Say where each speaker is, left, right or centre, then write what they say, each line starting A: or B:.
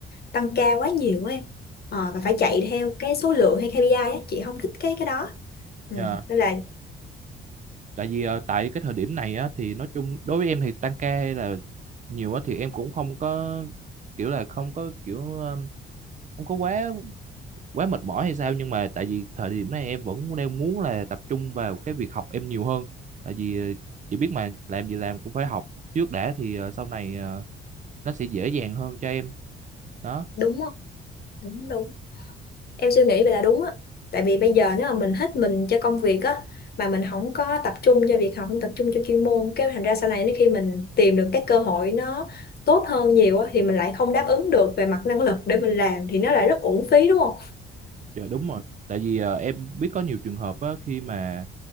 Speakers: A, on the left (about 50°); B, on the right (about 40°).
A: tăng ca quá nhiều á em Ờ, và phải chạy theo cái số lượng hay KPI á chị không thích cái cái đó ừ.
B: à,
A: nên là
B: tại vì ờ, tại cái thời điểm này á thì nói chung đối với em thì tăng ca hay là nhiều á thì em cũng không có kiểu là không có kiểu ờ, không có quá quá mệt mỏi hay sao nhưng mà tại vì thời điểm này em vẫn đang muốn là tập trung vào cái việc học em nhiều hơn tại vì ờ, chị biết mà làm gì làm cũng phải học trước đã thì ờ, sau này ờ, nó sẽ dễ dàng hơn cho em đó
A: đúng không đúng đúng em suy nghĩ vậy là đúng á tại vì bây giờ nếu mà mình hết mình cho công việc á mà mình không có tập trung cho việc học không tập trung cho chuyên môn cái thành ra sau này nếu khi mình tìm được các cơ hội nó tốt hơn nhiều á thì mình lại không đáp ứng được về mặt năng lực để mình làm thì nó lại rất uổng phí đúng không
B: Dạ đúng rồi. Tại vì ờ, em biết có nhiều trường hợp á, khi mà